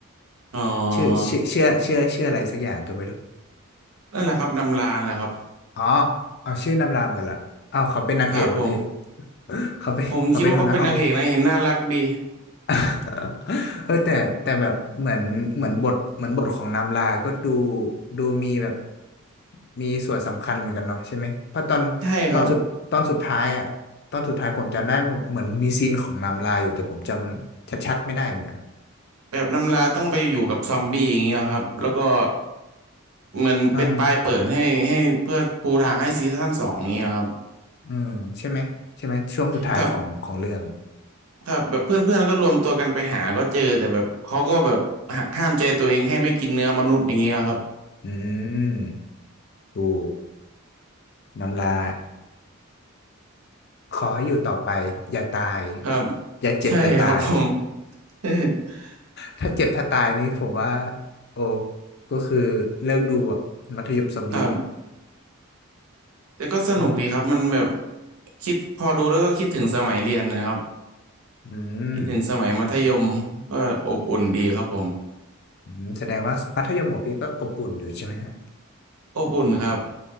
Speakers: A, on the right; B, on the left.
A: อ๋อ
B: ชื่อชื่อชื่อชื่อชื่ออะไรสักอย่างก็ไม่รู้
A: นั่นแหละครับนำลาแหละครับ
B: อ๋อเอาชื่อนำรามกันเหรอเอาวเขาเป็นนางเอกเลยพี่
A: ครับผม
B: <laughs> เขาเป็นเขาเป็นหัวหน้าห้องพี่
A: ผมคิดว่าก็เป็นนางเอกนะเห็นน่ารักดี
B: <laughs> เออแต่แต่แบบเหมือนเหมือนบทเหมือนบทของนามลา ก็ดูดูมีแบบมีส่วนสำคัญเหมือนกันเนาะใช่ไหมเพราะตอน
A: <laughs> ใช่ครับ
B: ตอนสุดตอนสุดท้ายอ่ะตอนสุดท้ายผมจำได้เหมือนมีซีนของนามลาอยู่แต่ผมจำชัดๆไม่ได้เหมือนกัน
A: แบบนำลาต้องไปอยู่กับซอมบี้อย่างเงี้ยครับแล้วก็ เหมือนเป็นปลายเปิดให้ให้เพื่อปูทางให้ซีซั่นสองนี้ครับ
B: อ่าอืมใช่ไหมใช่ไหมช่วงสุดท้ายของของเรื่อง
A: ถ้าถ้าแบบเพื่อนๆก็รวมตัวกันไปหาก็เจอแต่แบบเขาก็แบบหักห้ามใจตัวเองให้ไม่กินเนื้อมนุษย์อย่างเงี้ยครับ
B: อืมโอ้นามลาขอให้อยู่ต่อไปอย่าตาย
A: ครับ
B: อย่าเจ็บอย่าตาย
A: ใช่ครับผม <laughs>
B: ถ้าเจ็บถ้าตายนี้ผมว่าโอ้ก็คือเลิกดูอะมัธยมซอมบี้
A: ครับแต่ก็สนุกดีครับมันแบบ
B: อืม
A: คิดพอดูแล้วก็คิดถึงสมัยเรียนนะครับ
B: อืม
A: คิดถึงสมัยมัธยมก็อบอุ่นดีครับผม
B: อืมแสดงว่ามัธยมของพี่ก็อบอุ่นอยู่ใช่ไหมฮะ
A: อบอุ่นครับ